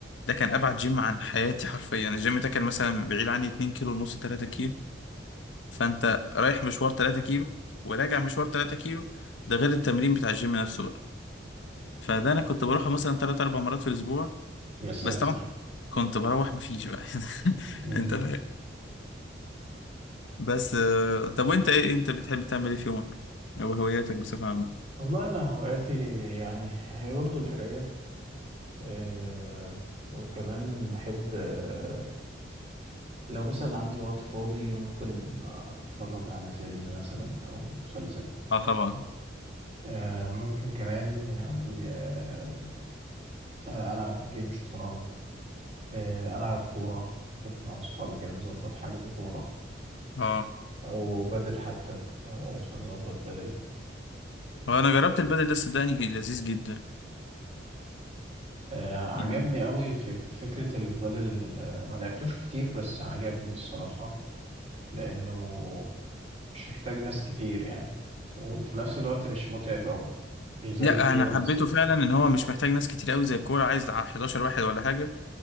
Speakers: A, on the left; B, on the right.
A: ده كان ابعد جيم عن حياتي حرفيا الجيم ده كان مثلا بعيد عني 2 كيلو ونص 3 فانت رايح مشوار 3 كيلو وراجع مشوار 3 كيلو ده غير التمرين بتاع الجيم نفسه بقى فده انا كنت بروحه مثلا 3 4 مرات في الاسبوع
B: يا ساتر
A: بس طبعا كنت بروح مفيش بقى <laughs>
B: مم.
A: انت فاهم بس آه، طب وانت ايه انت بتحب تعمل ايه في يومك او هواياتك بصفة عامة
B: والله أنا هواياتي يعني هي برضه القراية آه وكمان بحب آه لو مثلا عندي وقت فاضي ممكن أتفرج على فيلم مثلا أو مسلسل
A: اه طبعا
B: آه ممكن كمان يعني آه ألعب جيم شطرنج آه، ألعب كورة شوف مع أصحابي كده نظبط حجز كورة
A: اه
B: أو بدل حتى لو عرفنا نظبط بدل
A: آه، انا جربت البدل ده صدقني كان لذيذ جدا
B: آه، عجبني
A: يعني
B: أوي في فكرة البدل آه، ما لعبتوش كتير بس عجبني الصراحة لأنه مش محتاج ناس كتير يعني وفي نفس الوقت مش متعب أوي مش زي
A: لا
B: الكورة
A: انا
B: مثلا
A: حبيته فعلا ان هو مش محتاج ناس كتير قوي زي الكوره عايز 11 واحد ولا حاجه